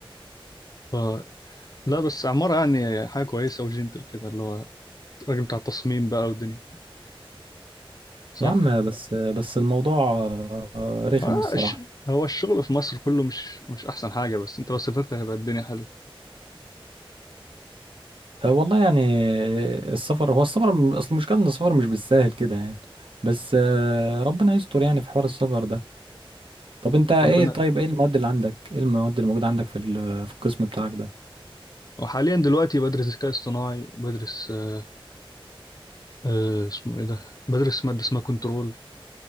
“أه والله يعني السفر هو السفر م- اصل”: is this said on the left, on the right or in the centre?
Right